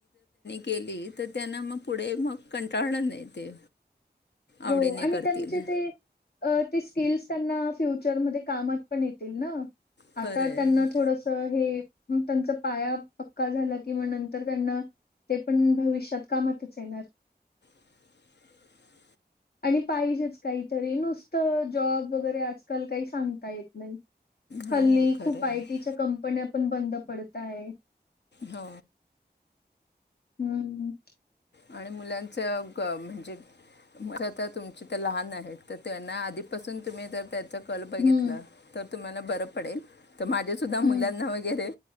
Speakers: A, on the left (about 80°); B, on the left (about 65°).
A: केली. त्यांना मग पुढे मग कंटाळलं नाही ते.
B: हो
A: आवडीने
B: आणि
A: करतील
B: त्यांचे ते. अ ते स्किल्स त्यांना फ्युचरमध्ये कामात पण येतील ना.
A: खरं
B: आता
A: आहे
B: त्यांना थोडस हे. त्यांचा पाया पक्का झाला कि म नंतर त्यांना. ते पण भविष्यात कामतच येणार
A: <inaudible>
B: आणि पाहिजेच काहीतरी नुसत जॉब वगैरे आजकाल काही सांगता येत नाही
A: हो
B: हल्ली
A: खरं
B: खूप
A: आहे
B: आयटीच्या कंपन्या पण बंद पडत आहे
A: हो
B: हम्म
A: आणि मुलांच म्हणजे तर तुमचे तर लहान आहेत तर त्यांना आधीपासून तुम्ही ज त्याच कल बघितला
B: हम्म.
A: तर तुम्हाला बरं पडेल तर माझ्या सुद्धा मुलांना
B: हम्म.
A: वगैरे